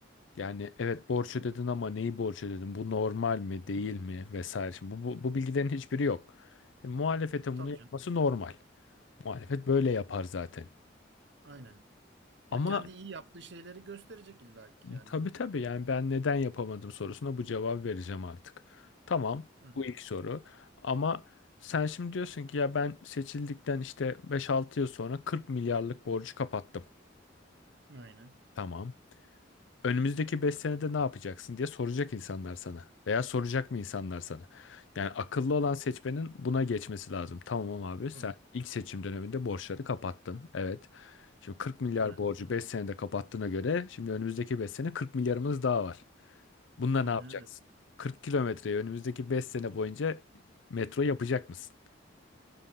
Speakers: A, on the left; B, on the right.
A: Yani evet borç ödedin ama neyi borç ödedin? Bu normal mi değil mi vesaire. Şimdi bu, bu, bu bilgilerin hiçbiri yok. Şimdi muhalefetin
B: Tabii
A: bunu yapması
B: canım.
A: normal. Muhalefet böyle yapar zaten.
B: Aynen. Ya
A: Ama
B: kendi iyi yaptığı şeyleri gösterecek illaki yani.
A: Tabii tabii yani ben neden yapamadım sorusuna bu cevabı vereceğim artık. Tamam
B: Aynen.
A: bu ilk soru ama sen şimdi diyorsun ki ya ben seçildikten işte beş altı yıl sonra 40 milyarlık borcu kapattım.
B: Aynen.
A: Tamam. Önümüzdeki 5 senede ne yapacaksın diye soracak insanlar sana. Veya soracak mı insanlar sana? Yani akıllı olan seçmenin buna geçmesi lazım. Tamam abi sen
B: Tabii.
A: ilk seçim döneminde borçları kapattın. Evet. Şimdi kırk milyar
B: Güzel.
A: borcu 5 senede kapattığına göre şimdi önümüzdeki 5 sene 40 milyarımız daha var. Bununla
B: Aynen
A: ne yapacaksın?
B: öyle.
A: 40 kilometreyi önümüzdeki 5 sene boyunca metro yapacak mısın?